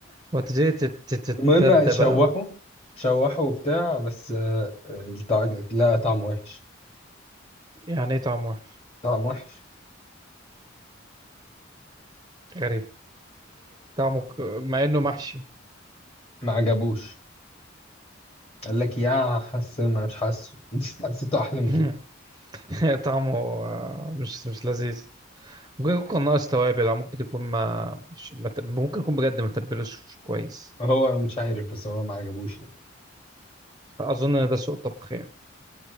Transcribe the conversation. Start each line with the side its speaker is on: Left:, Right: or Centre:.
Right: وتجي تت- تتثدى
Left: المهم شوحه
Right: بقى
Left: شوحه وبتاع بس آه، آه، الطع- لا طعم وحش
Right: يعني ايه طعم وحش
Left: طعم وحش
Right: غريب طعمه ك- مع انه محشي
Left: ما عجبوش قال لك يا حاسه ما مش حاسه <laughs> حسيته احلى من
Right: <laughs>
Left: كده
Right: طعمه آه، مش مش لذيذ ممكن يكون ناقص توابل او ممكن يكون ما مش ما ت- ممكن يكون بجد ما تبلوش كويس
Left: هو مش عارف بس هو ما عجبوش يعني
Right: اظن ان ده سوء طبخ يعني